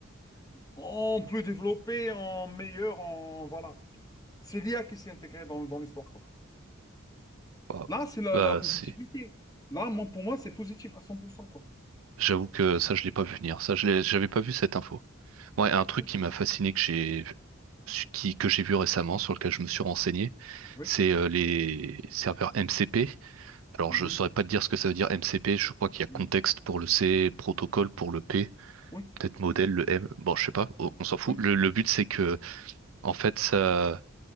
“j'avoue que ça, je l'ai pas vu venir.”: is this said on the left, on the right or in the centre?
Right